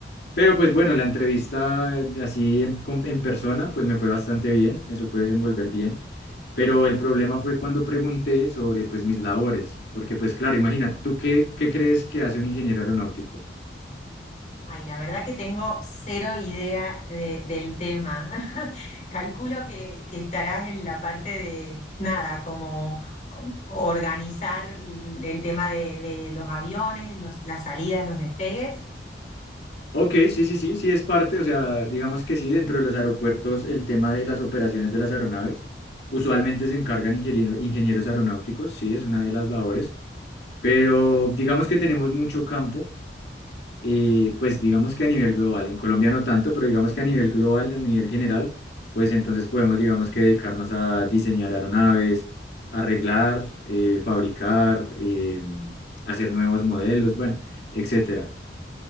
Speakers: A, on the left; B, on the left.
A: Pero pues bueno, la entrevista eh, así en, con- en persona, pues me fue bastante bien, me supe desenvolver bien, pero el problema fue cuando pregunté sobre pues mis labores, porque pues claro, imagínate, ¿tú qué, qué crees que hace un ingeniero aeronáutico?
B: Ay, la verdad que tengo cero idea de- del tema. <laughs> Calculo que, que estarás en la parte de, nada, como organizar el tema de, de los aviones, los- las salidas, los despegues.
A: Ok, sí, sí, sí, sí es parte, o sea, digamos que sí, dentro de los aeropuertos el tema de las operaciones de las aeronaves, usualmente se encargan ingeniero- ingenieros aeronáuticos, sí, es una de las labores, pero digamos que tenemos mucho campo, eh, pues digamos que a nivel global, en Colombia no tanto, pero digamos que a nivel global, a nivel general, pues entonces podemos, digamos que dedicarnos a diseñar aeronaves, arreglar, eh, fabricar, em, hacer nuevos modelos, bueno, etcétera.